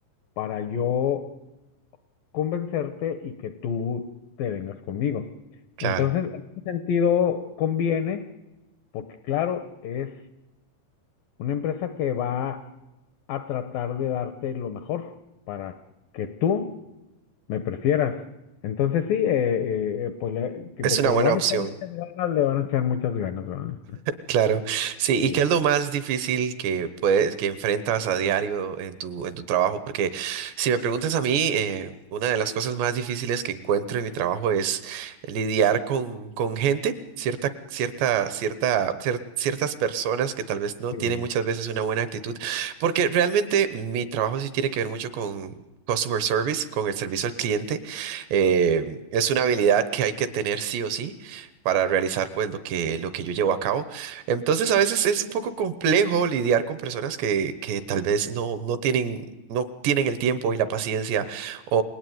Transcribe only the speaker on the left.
para yo convencerte y que tú te vengas conmigo.
Entonces, en ese sentido, conviene, porque claro, es una empresa que va a tratar de darte lo mejor para que tú me prefieras. Entonces sí, eh, eh, pues le- de
que
le van
a echar muchas ganas, le van a echar muchas ganas, ¿verdad?
Sí.
Sí.